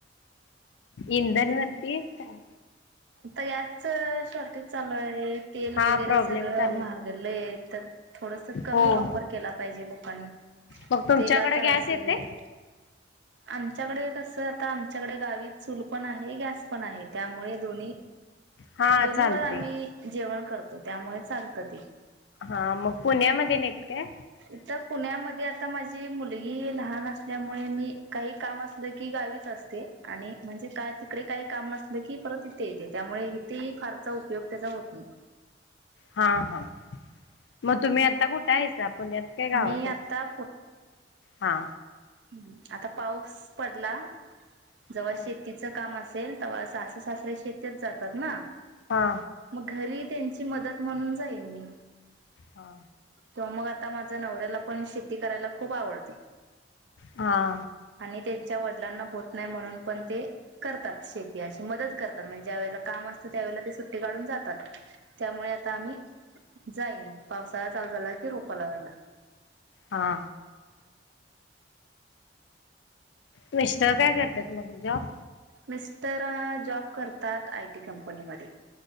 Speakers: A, on the left; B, on the right.
A: इंधन वरती काय.
B: ता गॅसच शॉर्टेज चालू आहे तेल
A: हा
B: वगैरे
A: प्रॉब्लेम
B: सगळं
A: चालू
B: महागलं आहे तर. थोडस कमी
A: हो
B: वापर केला पाहिजे लोकांनी
A: मग तुमच्याकडे
B: तेलाचा
A: गॅस
B: असेल.
A: येते
B: आमच्याकडे कसं आता आमच्याकडे गावी चूल पण आहे गॅस पण आहे. त्यामुळे. दो्
A: हा
B: दोन्ही
A: चालते
B: वर आम्ही जेवण करतो त्यामुळे चालत ते.
A: हा मग पुण्यामध्ये नाहीत काय?
B: इथं पुण्यामध्ये आता माझी मुलगी लहान असल्यामुळे मी काही काम असलं की गावीच असते. आणि म्हणजे काय तिकडे काही काम नसलं की परत तिथे येते त्यामुळे इथेही फारचा उपयोग त्याचा होत नाही.
A: हा हा मग तुम्ही आता कुठ कायसा पुण्यात काय गावातच
B: मी आता
A: हा.
B: ह् आता पाऊस पडला जवळ
A: हो.
B: शेती काम असेल तर सासु सासरे शेतीेत जातात ना.
A: हा
B: मग घरी त्यांची मदत म्हणून जाईल मी
A: हा.
B: तवा मग आता माझ्या नवऱ्याला पण शेती करायला खूप आवडते.
A: हा.
B: आणि त्यांच्या वडिलांना होत नाही म्हणून पण ते करतात शेती अशी मदत करतात म्हणजे ज्यावेेळेला काम असतं त्यावेेळेला ते सुट्टी काढून जातात. त्यामुळे आता आम्ही जाईन पावसाळा चालू झाला कि रोपा लावायला.
A: हा. मिस्टर
B: आणि
A: काय करतात मग जॉब.
B: मिस्टर जॉब करतात आय टी कंपनीमध्ये.